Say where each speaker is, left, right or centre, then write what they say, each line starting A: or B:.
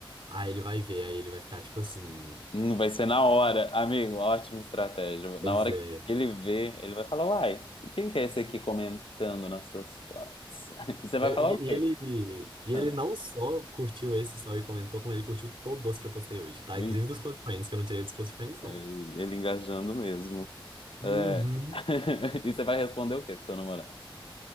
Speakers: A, on the right; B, on the left.
A: Aí ele vai ver, aí ele vai ficar tipo assim.
B: Hum, vai ser na hora, amigo, ótima estratégia.
A: Pois
B: Na hora
A: é.
B: que ele vê, ele vai falar, uai, e quem que é esse aqui comentando nessas fotos? <laughs> E você vai
A: E,
B: falar o quê?
A: e ele, e
B: Ah,
A: ele não só curtiu esse story e comentou, como ele curtiu todos que eu postei hoje, tá?
B: e-
A: Inclusive dos Close Friends, que eu não tirei dos Close Friends, não.
B: e- Ele engajando mesmo.
A: Uhum.
B: É. <laughs> E você vai responder o quê pro seu namorado?